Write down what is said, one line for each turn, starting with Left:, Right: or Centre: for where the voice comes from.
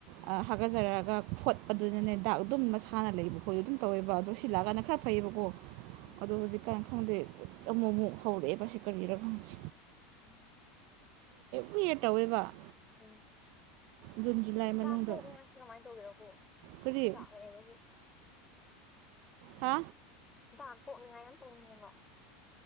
Right: ꯑ ꯍꯥ ꯍꯥꯒꯠꯖꯔꯛꯑꯒ ꯈꯣꯠꯄꯗꯨꯅꯅꯦ ꯗꯥꯛ ꯑꯗꯨꯝ ꯃꯁꯥꯅ ꯂꯩꯕ ꯈꯣꯏ ꯑꯗꯨꯝ ꯇꯧꯋꯦꯕ ꯑꯗꯣ ꯁꯤꯂꯥꯛꯑꯀꯥꯟꯅ ꯈꯔ ꯐꯩꯌꯦꯕꯀꯣ
Left: ꯎꯝ
Right: ꯑꯗꯣ ꯍꯧꯖꯤꯛ ꯀꯥꯟ ꯈꯪꯗꯦ ꯑꯃꯨꯛ ꯃꯨꯛ ꯍꯧꯔꯛꯑꯦꯕ ꯁꯤ ꯀꯔꯤꯔꯥ ꯈꯪꯗꯦ
Left: ꯎꯝ
Right: ꯃꯦ ꯇꯧꯋꯦꯕ
Left: ꯑꯪ
Right: ꯖꯨꯟ ꯖꯨꯂꯥꯏ ꯃꯅꯨꯡꯗ
Left: ꯒꯥ ꯀꯣꯛꯅ ꯁꯤ ꯀꯃꯥꯏꯅ ꯇꯧꯒꯦꯔꯀꯣ
Right: ꯀꯔꯤ
Left: ꯈꯨ ꯗꯥꯛ ꯂꯩꯕꯒꯤ
Right: ꯍꯥ
Left: ꯗꯥꯛ ꯀꯣꯛꯅꯤꯉꯥꯏ ꯌꯥꯝ ꯇꯧꯅꯤꯡꯉꯦꯕ